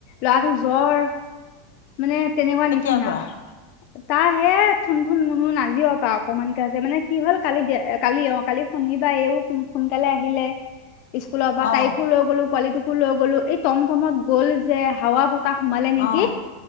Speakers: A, on the left; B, on the left.
A: ল'ৰাটোৰ জ্বৰ মানে তেনেকুৱা
B: কেতিয়াৰ
A: নিচিনা
B: পৰা
A: তাৰ হে থুন থুন মুন মুন আজি অপা অকমানকে আছে মানে কি হ'ল কালিয় কালি অ কালি শনিবাৰে এইও সোনকালে আহিলে স্কুলৰ পৰা তাইকো
B: অ
A: লৈ গ'লো পোৱালিটোক কো লৈ গ'লো এই টমটমত গ'ল যে হাৱা ব বতাহ সোমালে নেকি
B: অ
A: কি?